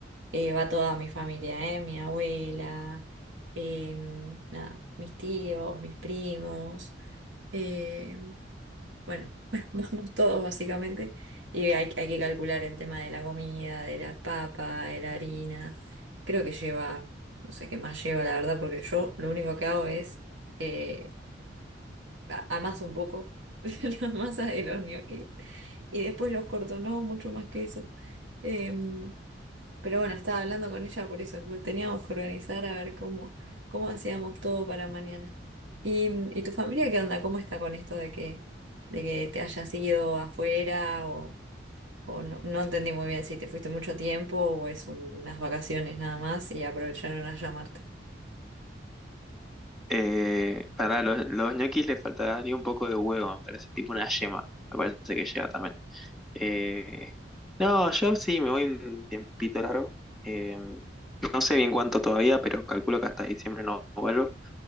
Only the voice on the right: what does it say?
Eh, va toda mi familia, ¿eh? Mi abuela, em, nada, mis tíos, mis primos. eh, bueno, <laughs> vamos todos básicamente. Y hay, hay que calcular el tema de la comida, de la papa, de la harina. Creo que lleva, no sé qué más lleva, la verdad, porque yo lo único que hago es eh, a- amaso un poco <laughs> la masa de los ñoquis y después los corto, no mucho más que eso. Em, pero bueno, estaba hablando con ella por eso, porque teníamos que organizar a ver cómo, cómo hacíamos todo para mañana. ¿Y, y tu familia qué onda? ¿Cómo está con esto de que, de que te hayas ido afuera? O, o no, no entendí muy bien si te fuiste mucho tiempo o es unas vacaciones nada más y aprovecharon a llamarte.